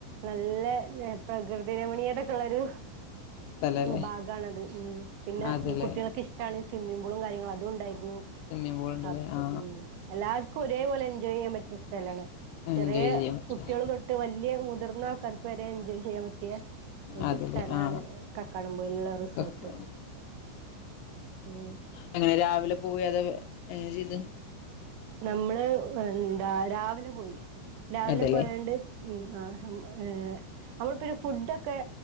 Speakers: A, on the right; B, on the left.
A: നല്ല പ്രകൃതി രമണീയതൊക്കെ ഉള്ളരു
B: സ്ഥലല്ലേ
A: ഭാഗണത് മ്മ് പിന്നെ
B: അതല്ലേ
A: കുട്ടികൾക്ക് ഇഷ്ടാണ് സ്വിമ്മിംഗ് പൂളും കാര്യങ്ങളും അതും ഇണ്ടായിരുന്നു
B: സ്വിമ്മിംഗ് പൂൾ ഉണ്ടല്ലേ
A: അപ്പൊ
B: ആ
A: മ്മ് എല്ലാർക്കും ഒരേപോലെ എൻജോയ് ചെയ്യാൻ പറ്റിയ സ്ഥലാണ് ചെറിയ
B: എൻജോയ് ചെയ്യാൻ പറ്റും
A: കുട്ടികള് തൊ ട്ട് വെല്യേ മുതിർന്നാൾക്കാർക്ക് വരെ എൻജോയ് ചെയ്യാൻ പറ്റിയ ഒരു
B: അതല്ലേ
A: സ്ഥലാണ്
B: ആ
A: കക്കാടം പൊയിലുള്ള റിസോർട്ട്
B: കക്ക
A: ഉം
B: അങ്ങനെ രാവിലെ പോവെ അതോ എങ്ങനേ ചെയ്തെ
A: നമ്മള് എന്താ രാവിലെ പോയി രാവിലെ
B: അതെല്ലേ
A: പോയോണ്ട് ഉം ആഹ് നമ്മളിപ്പ ഒരു ഫുഡൊക്കെ